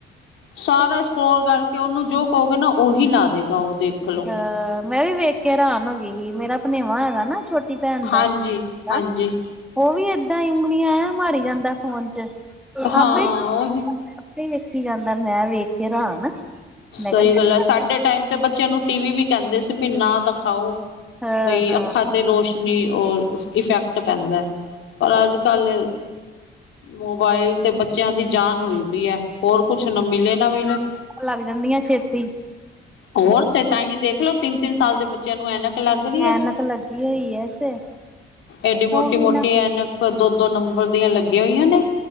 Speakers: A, on the left; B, in the centre.
A: ਸਾਰਾ ਸਕਰੋਲ ਕਰਕੇ ਉਹਨੂੰ ਜੋ ਕਹੋਗੇ ਨਾ ਉਹੀ ਲਾ ਦੇਗਾ ਉਹ ਦੇਖਲੋ।
B: ਅਮ, ਮੈਂ ਵੀ ਵੇਖ ਕੇ ਹੈਰਾਨ ਹੋ ਗਈ ਹੀ ਮੇਰਾ ਭਨੇਵਾਂ ਹੈਗਾ ਨਾ ਛੋਟੀ ਭੈਣ ਦਾ
A: ਹਾਂਜੀ
B: ਮੁੰਡਾ
A: ਹਾਂਜੀ
B: ਉਹ ਵੀ ਏਦਾਂ ਈ ਉਂਗਲੀਆਂ ਐ ਮਾਰੀ ਜਾਂਦਾ ਫੋਨ 'ਚ
A: ਹਾਂ
B: ਆਪੇ
A: ਉਹੀ
B: ਆਪੇ ਈ ਵੇਖੀ ਜਾਂਦਾ ਮੈਂ ਵੇਖੇ ਕੇ ਹੈਰਾਨ
A: ਸਹੀ
B: ਮੈਂ ਕਿਹਾ
A: ਗੱਲ ਐ ਸਾਡੇ ਟਾਈਮ ਤੇ ਬੱਚਿਆਂ ਨੂੰ ਟੀ- ਵੀ ਵੀ ਕਹਿੰਦੇ ਸੀ ਵੀ ਨਾ ਦਿਖਾਓ।
B: ਹਾਂ
A: ਬਈ
B: ਹਾਂ
A: ਅੱਖਾਂ ਤੇ ਰੋਸ਼ ਨੀ ਉਹ ਇਫੈਕਟ ਪੈਂਦਾ ਪਰ ਅੱਜ- ਕੱਲ ਮੋਬਾਇਲ ਤੇ ਬੱਚਿਆਂ ਦੀ ਜਾਨ ਹੋਈ ਪਈ ਐ, ਹੋਰ ਕੁਛ ਨਾ ਮਿਲੇ ਨਾ ਮਿਲੇ
B: ਲੱਗ ਜਾਂਦੀਆਂ ਛੇਤੀ
A: ਹੁਣ ਤੇ ਤਾਂਹੀ ਦੇਖਲੋ ਤਿੰਨ- ਤਿੰਨ ਸਾਲ ਦੇ ਬੱ ਚਿਆਂ ਨੂੰ ਐਨਕ ਲੱਗਦੀ ਐ,
B: ਐਨਕ ਲੱਗੀ ਹੋਈ ਹੈ ਤੇ
A: ਐਡੀ ਮੋਟੀ-
B: ਉਹ ਵੀ
A: ਮੋਟੀ
B: ਨਾ
A: ਐਨਕ ਦੋ- ਦੋ ਨੰਬਰ ਦੀਆਂ ਲੱਗੀਆਂ ਹੋਈਆਂ ਨੇ।